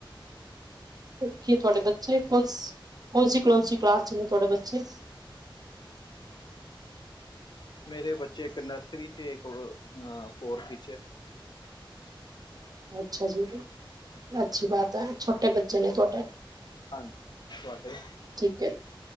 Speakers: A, on the right; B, on the left.
A: ਕੀ ਤੁਹਾਡੇ ਬੱਚੇ ਕੌਣਸੀ ਕਲੌਸੀ ਕਲਾਸ ਚ ਨੇ ਤੁਹਾਡੇ ਬੱਚੇ
B: ਮੇਰੇ ਬੱਚੇ ਇੱਕ ਨਰਸਰੀ ਚ ਇੱਕ ਫੋਰਥ ਵਿੱਚ
A: ਅੱਛਾ ਜੀ ਅੱਛੀ ਬਾਤ ਹੈ ਬੱਚੇ ਨੇ ਤੁਹਾਡੇ
B: ਹਾਂਜੀ ਤੁਹਾਡੇ
A: ਠੀਕ ਹੈ